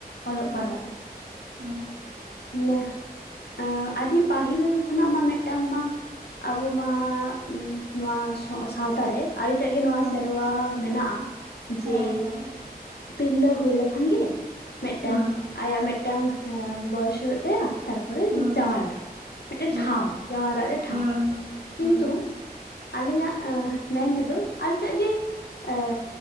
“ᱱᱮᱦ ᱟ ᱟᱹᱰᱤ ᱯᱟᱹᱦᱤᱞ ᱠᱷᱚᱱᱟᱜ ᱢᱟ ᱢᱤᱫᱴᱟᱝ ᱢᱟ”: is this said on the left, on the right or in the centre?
Left